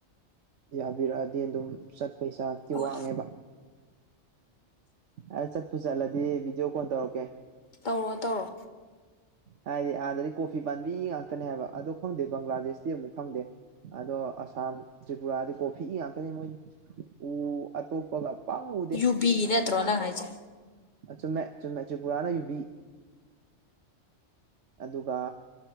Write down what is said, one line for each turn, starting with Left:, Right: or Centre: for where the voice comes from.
Right: ꯌꯥꯕꯤꯔꯛꯑꯗꯤ ꯑꯗꯨꯝ ꯆꯠꯄ ꯍ ꯆꯥꯛꯇꯤ
Left: ꯍꯣꯏ
Right: ꯋꯥꯡꯉꯦꯕ ꯑ ꯆꯠꯄꯨ ꯆꯠꯂꯗꯤ ꯚꯗꯤꯑꯣ ꯀꯣꯣꯟ ꯇꯧꯔꯛꯀꯦ
Left: ꯇꯧꯔꯣ ꯇꯧꯔꯣ
Right: ꯍꯥꯏꯗꯤ ꯑꯥꯗꯗꯤ ꯀꯣꯐꯤ ꯄꯥꯝꯕꯤ ꯉꯥꯛꯇꯅꯦ ꯍꯥꯏꯕ ꯑꯗꯣ ꯈꯪꯗꯦ ꯕꯪꯒ꯭ꯂꯥꯗꯦꯁꯇꯤ ꯑꯃꯨꯛ ꯈꯪꯗꯦ ꯑꯗꯣ ꯑꯁꯥꯝ ꯇ꯭ꯔꯤꯄꯨꯔꯥꯗꯤ ꯀꯣꯐꯤꯛ ꯏꯉ ꯀꯅꯤ ꯃꯣꯏ ꯎ ꯑꯇꯣꯞꯄꯒ ꯄꯥꯜꯅ ꯎꯎꯗꯦ
Left: ꯌꯨꯕꯤ ꯅꯠꯇ꯭ꯔꯣ ꯅꯪ ꯍꯥꯏꯁꯦ
Right: ꯆꯨꯝꯃꯦ ꯆꯨꯝꯃꯦ ꯇ꯭ꯔꯤꯄꯨꯔꯥꯅ ꯌꯨꯕꯤ ꯑꯗꯨꯒ